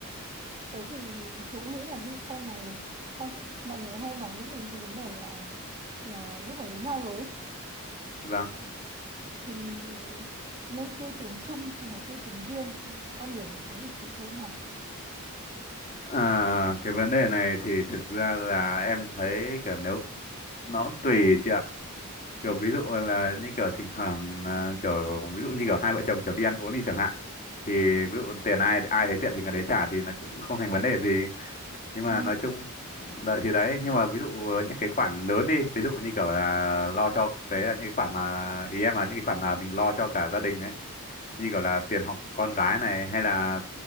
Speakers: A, on the right; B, on the left.
A: Thế thì chú nghĩ là ví dụ sau này không mọi người hay nói về cái vấn đề là là lúc mà lấy nhau rồi ấy,
B: vâng
A: thì nên tiêu tiền chung hay là tiêu tiền riêng con điều của chú thì chú thấy nào
B: Ờ, cái vấn đề này thì thực ra là em thấy kiểu nếu nó cũng tùy chị ạ kiểu ví dụ là như kiểu thỉnh thoảng à, kiểu ví dụ như kiểu hai vợ chồng kiểu đi ăn uống đi chẳng hạn thì ví dụ tiền ai ai thấy tiện thì người đấy trả thì nó cũng không thành vấn đề gì nhưng mà
A: ừ,
B: nói chung đấy thì đấy nhưng mà ví dụ với những cái khoản lớn đi ví dụ như kiểu là lo cho đấy là những cái khoản mà ý em là những cái khoản mà mình lo cho cả gia đình ấy như kiểu là tiền học con gái này hay là